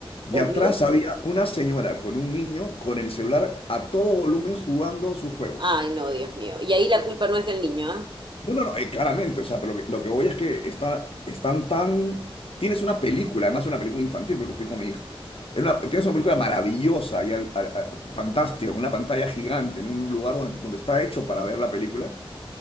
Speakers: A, on the left; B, on the right.
A: Y
B: obvio.
A: atrás había una señora con un niño con el celular a todo volumen jugando sus juegos.
B: Ay, no, Dios mío. Y ahí la culpa no es del niño, ¿ah?
A: No, no, no, eh, claramente, o sea, pero lo que, lo que voy es que está, están tan... Tienes una película, además una película infantil, porque fui con mi hija. Era una- tienes una película maravillosa y al- al- al- fantástica, con una pantalla gigante, en un lugar donde, donde está hecho para ver la película,